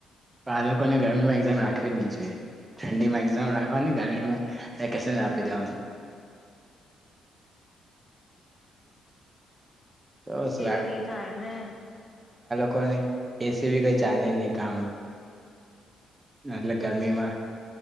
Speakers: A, on the right; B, on the left.
A: કાલે કોને ગરમીમાં એકક્ઝામ રાખે નિ જેે ઠંડી મેક્સમમ રાખવાની ગરમીમાં વેકેશન આપી દેવાનું તો શું
B: હ એવું નહ થાય ને
A: કો એસી બી કઈ ચાલે નહી કામ એટલે ગરમીમાં